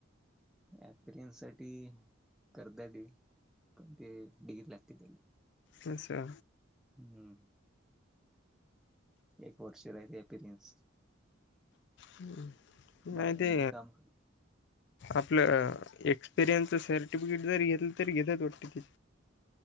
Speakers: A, in the centre; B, on the left.
A: ऍपिरियन्ससाठी करदा डे कारण ते डिग्री लागती तेले.
B: अच्छा.
A: हम्म. एक वर्ष राहिले अपिरियन्स.
B: हम्म
A: बारा
B: नाही ते
A: घंटे काम
B: आपलं एक्सपिरियन्सच सर्टिफिकेट जरी घेतलं तरी घेतायत वाटतं ते.